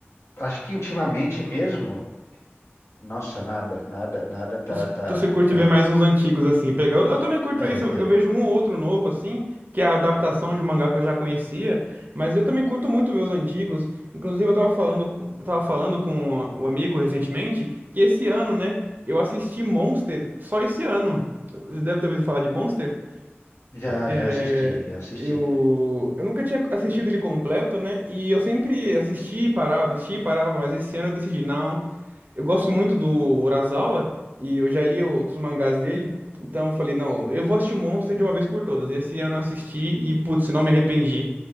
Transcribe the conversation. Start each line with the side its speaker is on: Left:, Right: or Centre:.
Left: acho que ultimamente mesmo. Nossa, nada, nada, nada tá,
Right: Então
Left: tá,
Right: você curte
Left: tá.
Right: ver mais uns antigos assim, pegar. Eu, eu também curto
Left: É,
Right: isso, eu, eu
Left: é.
Right: vejo um ou outro novo assim, que é a adaptação de um mangá que eu já conhecia, mas eu também curto muito ver os antigos. Inclusive eu tava falando, com- eu tava falando com um amigo recentemente que esse ano, né, eu assisti Monster só esse ano. Você deve ter ouvido falar de Monster?
Left: Já,
Right: É,
Left: já assisti, já assisti.
Right: eu, eu nunca tinha assistido ele completo, né? E eu sempre assisti e parava, assistia e parava, mas esse ano eu decidi, não. Eu gosto muito do Urasawa e eu já li outros mangás dele, então eu falei, não, eu vou assistir o Monster de uma vez por todas. Esse ano eu assisti e, putz, não me arrependi.